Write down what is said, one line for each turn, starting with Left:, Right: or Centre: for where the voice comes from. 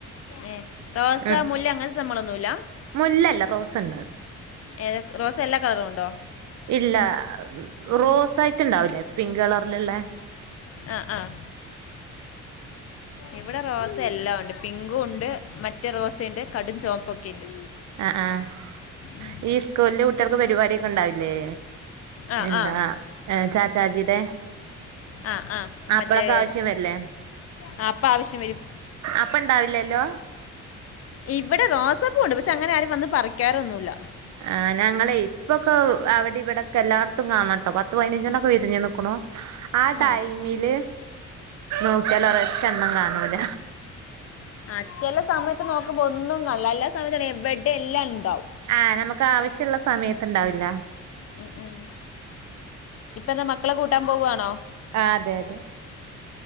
Left: ഏഹ് റോസാ
Right: ഉം
Left: മുല്ല അങ്ങനത്തെ സംഭവങ്ങളൊന്നുല്ല
Right: മുല്ലല്ല റോസ് ഉണ്ട്
Left: ഏതാ റോസ് എല്ലാ കളറും ഉണ്ടോ?
Right: ഇല്ലാ റോസ് ആയിട്ട്ണ്ടാവില്ലേ പിങ്ക് കളറിലുള്ളെ
Left: ആഹ് ആഹ് ഇവിടെ റോസ് എല്ലാം ഉണ്ട് പിങ്കും ഉണ്ട് മറ്റ് റോസെന്റെ കടും ചോപ്പൊക്കെ ഉണ്ട്
Right: ആഹ് ആഹ്
Left: ഉം.
Right: ഈ സ്കൂളില് കുട്ടികൾക്ക് പരിപാടിയൊക്കെ ഉണ്ടാവില്ലേ
Left: ആ
Right: എന്താ
Left: ആ
Right: ചാച്ചാജിയുടെ
Left: ആ ആ
Right: അപ്പളൊക്കെ
Left: മറ്റേ
Right: ആവശ്യം
Left: ഇത്.
Right: വരില്ലേ
Left: ആ അപ്പം ആവശ്യം വരും
Right: അപ്പണ്ടാവില്ലല്ലോ
Left: ഇവിടെ റോസപ്പൂവുണ്ട് പക്ഷെ അങ്ങനെ ആരും വന്ന് പറിക്കാറൊന്നുല്ല
Right: ആഹ് ഞങ്ങളെയ് ഇപ്പൊക്കെ അവിടിവിടൊക്കെ എല്ലാടത്തും കാണട്ടോ പത്ത് പതിനഞ്ചെണ്ണൊക്കെ വിരിഞ്ഞ് നിൽക്കണു ആ ടൈമില്
Left: ഉം.
Right: നോക്കിയാല് ഒരെറ്റണ്ണം കാണൂല
Left: ആഹ് ചില സമയത്ത് നോക്കുമ്പോ ഒന്നും കാണില്ല എല്ലാ സമയത്ത എവിടെയും എല്ലാം ഇണ്ടാവും
Right: ആഹ് നമുക്ക് ആവശ്യള്ള സമയത്ത് ഇണ്ടാവില്ല
Left: ഉം ഉം ഇപ്പ എന്താ മക്കളെ കൂട്ടാൻ പോവാണോ
Right: ആ അതെ അതെ